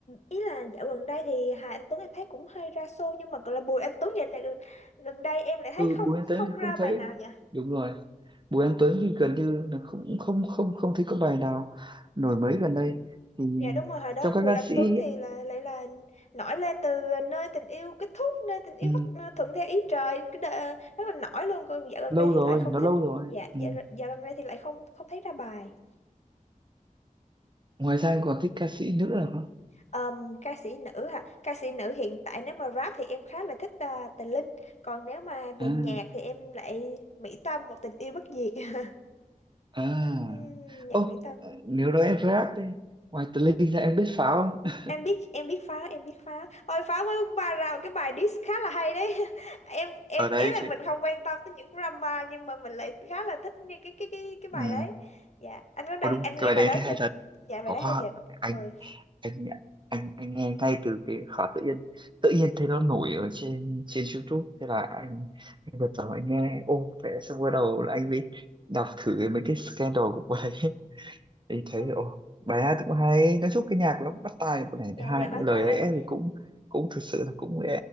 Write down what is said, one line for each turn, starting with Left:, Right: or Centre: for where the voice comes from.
Left: ý là dạo gần đây thì Hà Anh Tuấn em thấy cũng hơi ra xô nhưng mà gọi là Bùi Anh Tuấn dạo này gần gần đây em lại thấy
Right: ừ,
Left: không
Right: Bùi Anh Tuấn
Left: không
Right: thì không
Left: ra
Right: thấy
Left: bài nào nhỉ
Right: đúng rồi Bùi Anh Tuấn thì gần như là không không không không thấy có bài nào nổi mấy gần đây thì
Left: Dạ đúng rồi, hồi đó
Right: trong các
Left: Bùi
Right: ca
Left: Anh
Right: sĩ
Left: Tuấn
Right: ấy,
Left: thì là lại là nổi lên từ nơi tình yêu kết thúc, nơi tình yêu
Right: ừ,
Left: bắt à, thuận theo ý trời, cái đờ- rất là nổi luôn. Còn dạo gần
Right: lâu
Left: đây thì
Right: rồi
Left: lại không
Right: nó
Left: thích,
Right: lâu rồi
Left: dạ
Right: ừ.
Left: dạo, dạo gần đây thì lại không không thấy ra bài.
Right: ngoài ra anh còn thích ca sĩ nữ nào không
Left: Ờm, ca sĩ nữ hả? Ca sĩ nữ hiện tại nếu mà rap thì em khá là thích à, Tình Linh, còn nếu mà về
Right: à
Left: nhạc thì em lại Mỹ Tâm một tình yêu bất diệt. <laughs>
Right: à
Left: Ừm, nhạc
Right: ô
Left: Mỹ Tâm.
Right: nếu nói em rap đi ngoài Tự Linh ra em biết Pháo không
Left: em biết em biết pháo em biết pháo thôi pháo mới ba ra một cái bài diss khá là hay đấy <laughs> em em
Right: ở đây
Left: ý
Right: thì
Left: là mình không quan tâm tới những drama nhưng mà mình lại khá là thích nghe cái cái cái cái bài
Right: ừ.
Left: đấy dạ anh có đang
Right: Ôi đúng
Left: anh
Right: cái
Left: nghe
Right: bài
Left: bài
Right: đấy
Left: đó
Right: thấy
Left: chưa
Right: hay thật
Left: dạ bài
Right: có
Left: đó
Right: hoa
Left: hay thiệt
Right: anh
Left: ôi
Right: anh anh anh nghe ngay từ cái khóa tự nhiên tự nhiên thấy nó nổi ở trên trên YouTube thế là anh anh bật vào anh nghe ô vẽ xong bắt đầu là anh mới đọc thử mấy cái scandal của bài ấy <laughs> thì thấy
Left: ôi
Right: ô bài hát cũng hay nói chung cái nhạc nó cũng bắt tai một này
Left: dạ
Right: thứ hai
Left: nhạc bắt
Right: những lời
Left: tai
Right: lẽ thì cũng cũng thực sự là cũng